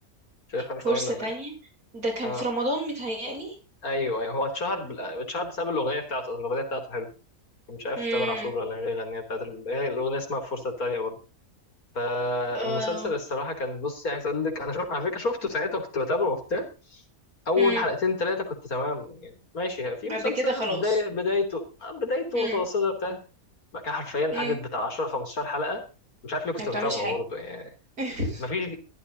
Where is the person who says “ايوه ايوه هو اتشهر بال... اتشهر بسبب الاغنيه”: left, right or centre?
Left